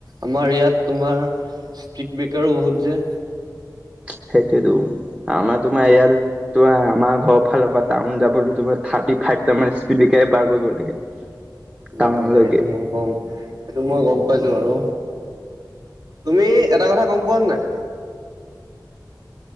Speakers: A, on the right; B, on the right.
A: আমাৰ ইয়াত তোমাৰ স্পীড ব্ৰেকাৰো বহুত যে।
B: সেইটোৱেটো। আমাৰ তোমাৰ ইয়াত। তোমাৰ আমাৰ ঘৰৰ ফালৰ পা টাউন যাবলৈ, তোমাৰ থাৰ্টি ফাইভটা মান স্পীড বেকাৰে পাৰ কৰিব লাগে। টাউনলৈকে
A: লাগে, লাগে, সেইটো মইও কওঁ। সেইটো মই গ'ম পাইছো বাৰু। তুমি এটা কথা গ'ম পোৱা নে নাই?